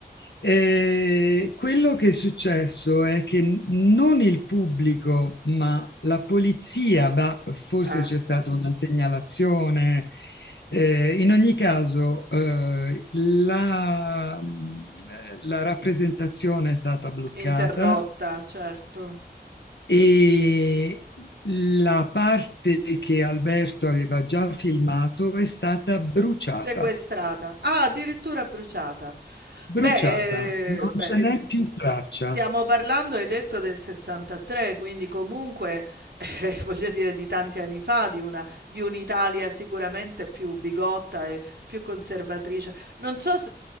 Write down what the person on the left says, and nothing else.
Eh, quello che è successo è che n- non il pubblico, ma la polizia, bah, forse
c'è stata una segnalazione. Eh, in ogni caso, eh, la, mm, eh, la rappresentazione è stata bloccata
e la parte che Alberto aveva già filmato è stata bruciata,
bruciata,
non
ce n'è più traccia.